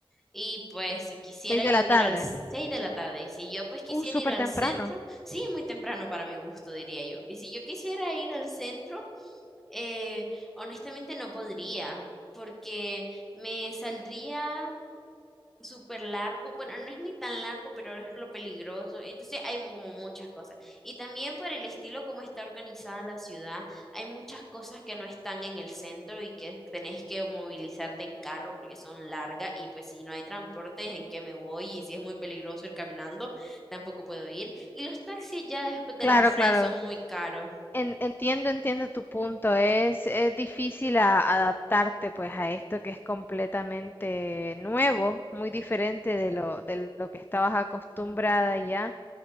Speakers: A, in the centre; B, on the left.
A: Y pues si quisiera
B: Seis de
A: yo
B: la tarde.
A: ir al 6 de la tarde, y si yo pues quisiera
B: Uh, súper
A: ir al
B: temprano.
A: centro, sí, es muy temprano para mi gusto, diría yo. Y si yo quisiera ir al centro, eh, honestamente no podría, porque me saldría súper largo, bueno, no es ni tan largo, pero es lo peligroso, entonces hay mu- como muchas cosas. Y también por el estilo como está organizada la ciudad, hay muchas cosas que no están en el centro y que tenés que movilizarte en carro porque son largas y pues si no hay transportes, ¿en qué me voy? Y si es muy peligroso ir caminando, tampoco puedo ir. Y los taxis ya después de
B: Claro,
A: las seis
B: claro.
A: son muy caros.
B: En- entiendo, entiendo tu punto. Es, es difícil a- adaptarte pues a esto que es completamente nuevo, muy diferente de lo, de lo que estabas acostumbrada ya.